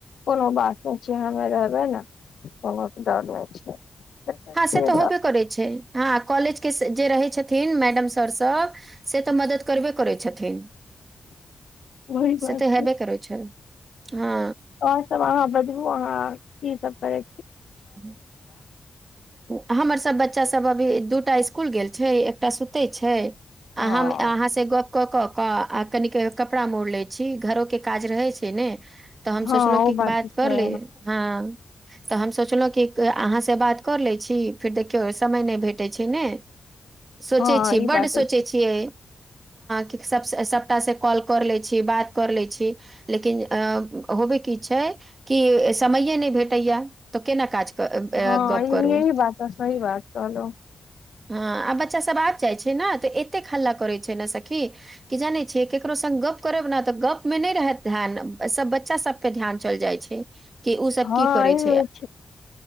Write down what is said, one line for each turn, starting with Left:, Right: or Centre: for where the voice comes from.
Left: कोनो बात नहि छैियै हमे रहबै ने कोनो डर नहि छै देखै
Right: हँ
Left: छियै
Right: से तऽ होबे करै छै हँ कॉलेज के जे रहै छथिन मैडम सर सभ से तऽ मदद करबे करय छथिन्ह
Left: वही बात
Right: से तऽ
Left: छै
Right: हेबे करय छै हँ
Left: और सब अहाँ बदबू अहाँ सब करे
Right: <unintelligible> हमर सब बच्चा सब अभी दूटा स्कूल गेल छै एकटा सुतै छै हम
Left: हँ
Right: अहाँ सँ गप्प कऽ कऽकऽ आ कनेक कपड़ा मोड़ लै छी घरोके काज रहय छै ने तॅं हम
Left: हँ
Right: सोचलहुँ
Left: ओ
Right: की बात
Left: तऽ छै
Right: कर ले हँ तॅं हम सोच -लहुँ कि अहाँसँ बात कर लै छी फेर देखियौ समय नहि भेटै छै ने सोचै
Left: हँ
Right: छीयै
Left: ई
Right: बड्ड
Left: बात तऽ
Right: सोचै छियै। कि सभ सभटा से कॉल कर लै छी, बात कर लै छी लेकिन होबय की छै कि समयए नहि भेटैया तॅं केना काज- क- अ-
Left: हँ
Right: गप
Left: ई
Right: करू
Left: यही बात सही बात कहलहुँ
Right: हँ आ बच्चा सभ आबि जाइ छै ने तऽ एतेक हल्ला करैत छै ने सखी कि जानै छियै ककरो संग गप्प करब ने तॅं गपमे नहि रहत ध्यान सभ बच्चा सभ पे ध्यान चल जाइ छै कि ओ सब
Left: हँ
Right: की करै
Left: ई
Right: छै?
Left: होइ